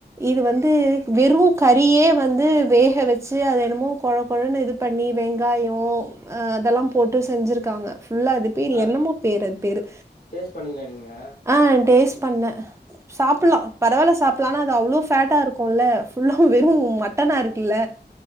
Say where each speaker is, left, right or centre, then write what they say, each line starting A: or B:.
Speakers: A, on the right; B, on the left.
A: இது வந்து வெறு கறியே வந்து வேக வெச்சி அத என்னமோ கொழ கொழன்னு இது பண்ணி வெங்காய அ அதெல்லா போட்டு செஞ்சிருக்காங்க ஃபுல்லா அது பேரு
B: அ
A: என்னமோ பேரு அது பேரு
B: டேஸ்ட் பண்ணீங்களா நீங்க
A: ஆ டேஸ்ட் பண்ண சாப்ல்லா பரவால சாப்பலானா அது அவ்ளோ ப்ளாட்டா இருக்குல்ல உஹும் வெறும் மட்டனா இருக்குல்ல